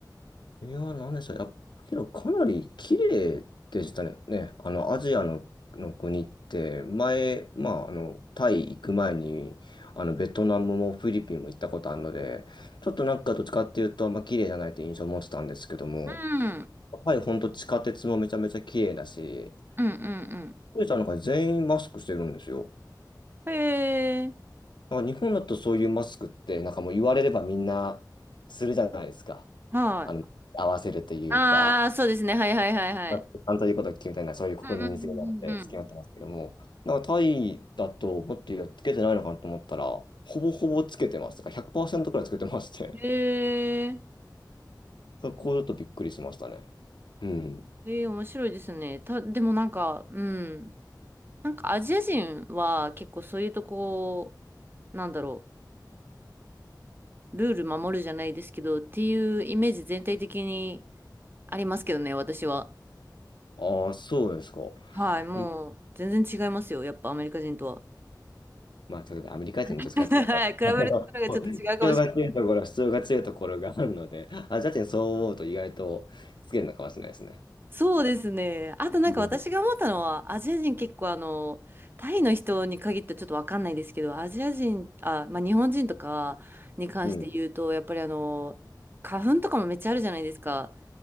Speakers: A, on the left; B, on the right.
A: いやー、なんでしょう。やっぱけど、かなり綺麗でしたね。ね、あの、アジアの、の国って、前、まあ、あの、タイ行く前に、あの、ベトナムもフィリピンも行ったことあるので、ちょっとなんかどっちかっていうと、あんま綺麗じゃないって印象を持ってたんですけども、
B: うん。
A: やっぱり本当地下鉄もめちゃめちゃ綺麗だし、
B: うんうん
A: 富士山なんか全員マスクしてるんですよ。
B: うんへえ、
A: まあ、日本だとそういうマスクって、なんかもう言われればみんなするじゃないですか。
B: はい
A: あの、合わせるというか。
B: ああ、そうですね。はいはいはいはい。
A: まあ担当でいうことを決みたいな、そういう国民性なので、
B: うんうんうんうんうん。
A: 好きになってますけども、なんかタイだと、もっとやっつけてないのかなと思ったら、ほぼほぼつけてます。だから100%くパーセントくらいつけてまして、
B: へえ、
A: <laughs> そこちょっとびっくりしましたね。うん。
B: へえ、面白いですね。た、でもなんか、うん。なんかアジア人は結構そういうとこ、なんだろう、ルール守るじゃないですけど、っていうイメージ全体的にありますけどね、私は。
A: ああ、そうですか。
B: はい、もう全然違いますよ。
A: うん
B: やっぱアメリカ人とは。
A: まあ、ちょっとアメリカ人と使ってなんか、
B: <laughs> はい比べるところがちょっと違うかもしれない
A: <laughs> 必要が強いところ、必要が強いところがあるので、あ、ジャッジにそう思うと意外とつけるのかもしれないですね。
B: そうですね。あとなんか私が思ったのは、
A: うん。
B: アジア人結構あの、タイの人に限ってちょっとわかんないですけど、アジア人、あ、まあ日本人とかに関して言うと、
A: うん。
B: やっぱりあの、花粉とかもめっちゃあるじゃないですか。